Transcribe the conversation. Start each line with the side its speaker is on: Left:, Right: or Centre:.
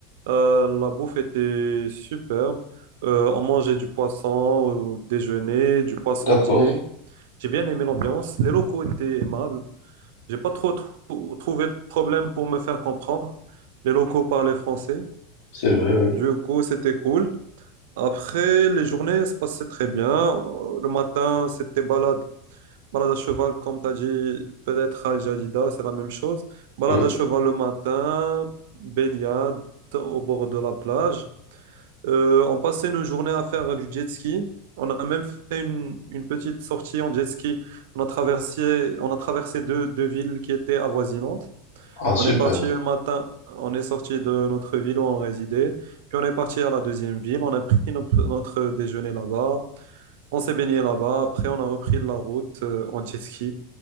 Right: Euh, la bouffe était superbe. Euh, on mangeait du poisson au déjeuner, du poisson
Left: d'accord,
Right: au dîner. J'ai bien aimé l'ambiance. Les locaux étaient aimables. J'ai pas trop trou- trouvé de problème pour me faire comprendre. Les locaux parlaient français.
Left: c'est vrai, oui,
Right: Du coup, c'était cool. Après, les journées se passaient très bien. Euh, Le matin, c'était balade. Balade à cheval, comme tu as dit, peut-être à Jadida, c'est la même chose. Balade
Left: oui.
Right: à cheval le matin, baignade au bord de la plage. Euh, on passait nos journées à faire du jet ski. On a même fait une, une petite sortie en jet ski. On a traversé, on a traversé deux, deux villes qui étaient avoisinantes.
Left: Ah super.
Right: On est parti le matin, on est sorti de notre ville où on résidait, puis on est parti à la deuxième ville, on a pris no- notre déjeuner là-bas, on s'est baigné là-bas, après on a repris la route euh, en jet ski